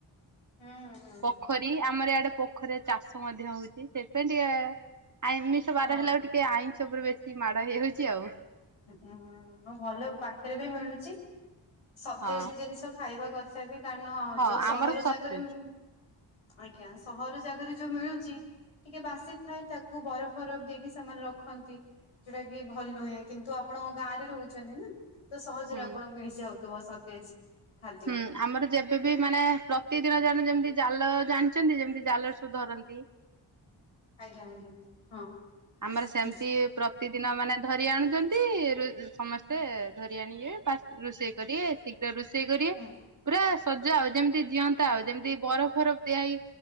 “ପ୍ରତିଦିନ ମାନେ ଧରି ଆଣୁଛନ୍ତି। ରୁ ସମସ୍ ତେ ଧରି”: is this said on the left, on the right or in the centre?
Right